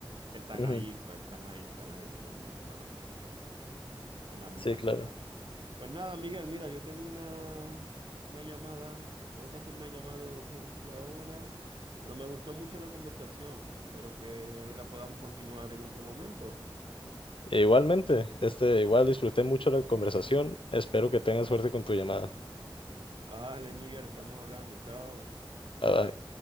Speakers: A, on the right; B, on the left.
A: que están
B: Ujú,
A: ahí, pues están ahí, están ahí en la misma, en la misma
B: Sí, claro.
A: ciudad. Pues nada, Miguel, mira, yo tengo una, una llamada, tengo que hacer una llamada de urgencia ahora, pero me gustó mucho la conversación. Espero que la podamos continuar en otro momento.
B: E igualmente, este, igual disfruté mucho la conversación. Espero que tengas suerte con tu llamada.
A: Vale, Miguel, estamos hablando. Chao.
B: Bye bye.